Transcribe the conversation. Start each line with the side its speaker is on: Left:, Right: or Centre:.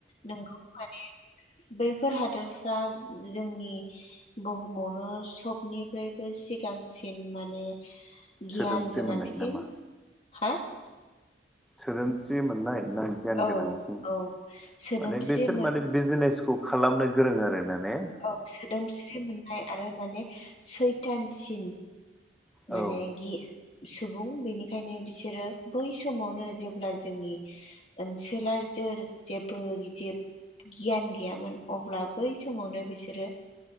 Left: नोंगौ माने बैफोर हादोरफ्रा जोंनि बुहुमावनो सबनिफ्रायबो सिगांसिन माने गियान
Centre: सोदोमस्रि
Left: गोनांसिन
Centre: मोननाय नामा
Left: हा
Centre: सोदोमस्रि मोननाय ना गियान
Left: औ
Centre: गोनांथि माने
Left: औ सोदोमस्रि
Centre: बिसोर
Left: मोन
Centre: माने बिजनेसखौ खालामनो गोरों आरो माने
Left: औ सोदोमस्रि मोनथाय आरो माने सैथानसिन
Centre: औ
Left: माने गि सुबुं बेनिखायनो बिसोरो बै समावनो जेब्ला जोंनि ओनसोला जों जेबो गि गियान गैयामोन अब्ला बै समावनो बिसोरो